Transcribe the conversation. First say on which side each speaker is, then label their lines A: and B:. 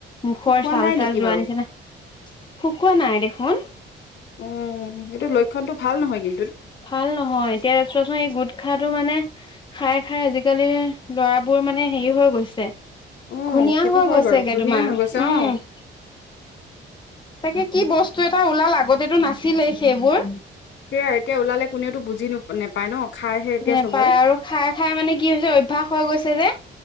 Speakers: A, on the left (about 25°); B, on the left (about 65°).
A: মুখৰ
B: শুকোৱা
A: চাল
B: নাই নেকি
A: তাল যোৱা
B: বাৰু
A: নিচিনা শুকোৱা নাই দেখোন।
B: অ এইটো লক্ষণটো ভাল নহয়গে?
A: ভাল নহয়। এতিয়া, চোৱাচোন এই গোটখা টো মানে খাই, খাই আজিকালি, ল'ৰাবোৰ মানে, হেৰি হৈ গৈছে। ঘুনীয়া
B: অ সেইটো
A: হৈ
B: হয়
A: গৈছেগে
B: বাৰু ঘূৰ্ণিয়াই
A: তোমাৰ।
B: হৈ গৈছে
A: উম!
B: অ
A: তাকে কি বস্তু এটা ওলাল আগতেটো নাছিলেই সেইবোৰ।
B: সেয়া, এতিয়া ওলালে কোনেও তোক বুজি ন নাপায় ন'? খাইহে এতিয়া
A: নেপায়
B: চবৰে
A: আৰু খাই খাই মানে, কি হৈছে, অভ্যাস হৈ গৈছে যে।